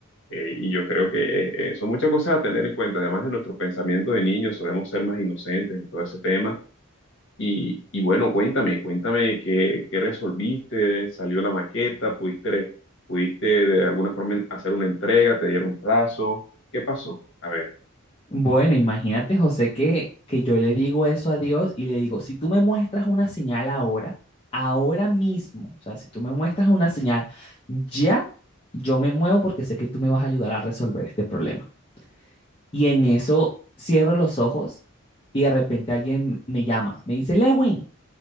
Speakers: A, on the left; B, on the left.
A: Eh, y yo creo que eh, eh, son muchas cosas a tener en cuenta. Además de nuestro pensamiento de niños, solemos ser más inocentes en todo ese tema y, y bueno, cuéntame, cuéntame qué, qué resolviste, salió la maqueta, pudiste, pudiste de alguna forma hacer una entrega, te dieron plazo, ¿qué pasó? A ver,
B: Bueno, imagínate, José, que, que yo le digo eso a Dios y le digo, si tú me muestras una señal ahora, ahora mismo, o sea, si tú me muestras una señal, ya yo me muevo porque sé que tú me vas a ayudar a resolver este problema. Y en eso cierro los ojos y de repente alguien me llama, me dice Lewin.